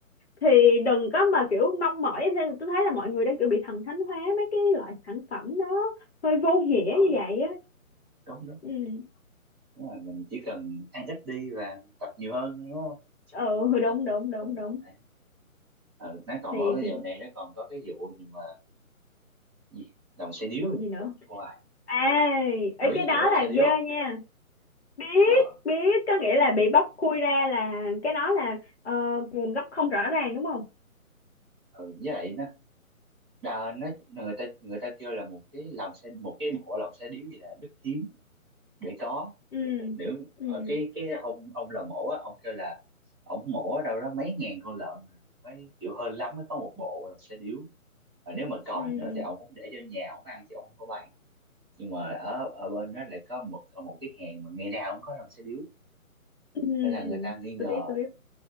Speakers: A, on the left (about 45°); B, on the right (about 20°).
A: thì đừng có mà kiểu mong mỏi Thế tôi thấy là mọi người đang kiểu bị thần thánh hóa mấy cái loại sản phẩm nó hơi vô nghĩa như
B: ừ
A: vậy á
B: đúng đúng
A: ừ
B: đúng rồi mình chỉ cần ăn ít đi và tập nhiều hơn thôi, đúng không
A: ừ ừ, đúng
B: tập
A: đúng đúng
B: ừ,
A: đúng
B: đấy. ừ nó còn
A: thì
B: có cái
A: thì
B: dạo này nó còn có cái vụ gì mà gì lòng xe điếu
A: vụ gì nữa
B: wow
A: à ấy
B: mày biết
A: cái đó
B: vụ lòng
A: là
B: xe điếu
A: ghê
B: không
A: nha biết
B: Ờ.
A: biết có nghĩa là bị bóc khui ra là cái đó là ờ, nguồn gốc không rõ ràng đúng không
B: ừ, với lại nó đà, nó người ta người ta kêu là một cái lòng xe một cái bộ lòng xe điếu gì là rất hiếm để có
A: ừ
B: nếu ờ,
A: ừ
B: cái cái ông ông lò mổ á ông kêu là ông mổ ở đâu đó mấy ngàn con lợn mới kiểu hơn lắm mới có một bộ lòng xe điếu và nếu mà có
A: ừ
B: nữa thì ông cũng để cho nhà ông ăn chứ ông không có bán nhưng mà ở ở bên đó lại có một một cái hàng mà ngày nào cũng có lòng xe điếu
A: ừ
B: nên là người ta nghi ngờ
A: tôi biết tôi biết